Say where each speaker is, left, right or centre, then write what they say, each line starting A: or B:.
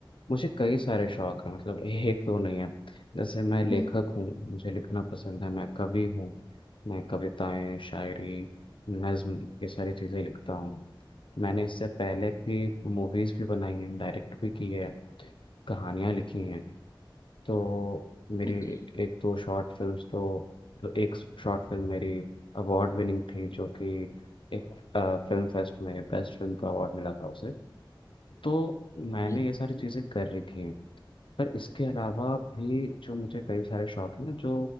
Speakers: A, on the left; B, on the left.
A: मुझे कई सारे शौक हैं मतलब एक तो नहीं है जैसे मैं लेखक
B: हम्म
A: हूँ मुझे लिखना पसंद है मैं कवि हूँ मैं कविताएं शायरी नज्म ये सारी चीज़ें लिखता हूँ मैंने इससे पहले भी मूवीज़ भी बनाई हैं डायरेक्ट भी की है कहानियाँ लिखी हैं तो मेरी
B: अच्छा
A: एक एक दो शॉर्ट फिल्म्स तो तो एक शॉर्ट फिल्म मेरी अवार्ड विनिंग थी जो कि एक फिल्म फेस्ट में बेस्ट फिल्म का अवार्ड मिला था उसे तो मैंने
B: अच्छा
A: ये सारी चीज़ें कर रखी हैं पर इसके अलावा भी जो मुझे कई सारे शौक हैं जो